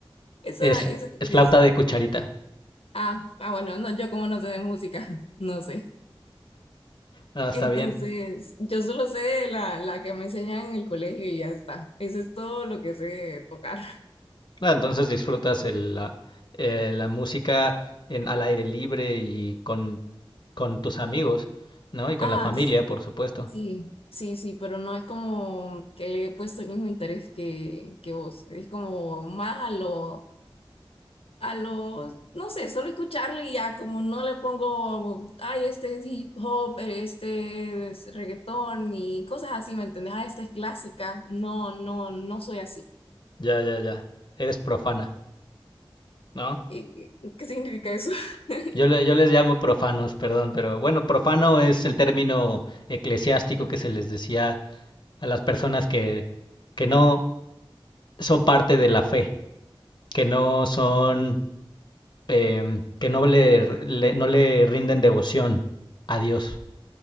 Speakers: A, on the left; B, on the left.
A: Esa,
B: es,
A: esa cuál
B: es flauta
A: es.
B: de cucharita.
A: Ah, ah, bueno, no, yo como no sé de música, <laughs> no sé.
B: Ah, está
A: Entonces,
B: bien.
A: yo solo sé la, la que me enseñan en el colegio y ya está. Eso es todo lo que sé tocar.
B: Ah, entonces disfrutas el, la, eh, la música en, al aire libre y con, con tus amigos,
A: <laughs>
B: ¿no? Y con
A: Ajá,
B: la familia,
A: s-
B: por supuesto.
A: sí, sí, sí, pero no es como que le he puesto el mismo interés que, que vos. Es como más a lo, a lo, no sé, solo escucharle y ya, como no le pongo, ay, este es hip hop, este es reggaetón y cosas así, ¿me entendés? Ah, esta es clásica. No, no, no soy así.
B: Ya, ya, ya. Eres profana, ¿no?
A: Eh, eh, ¿Qué significa eso? <laughs>
B: Yo, le- yo les llamo profanos, perdón, pero bueno, profano es el término eclesiástico que se les decía a las personas que, que no son parte de la fe, que no son, em, que no le, le- no le rinden devoción a Dios.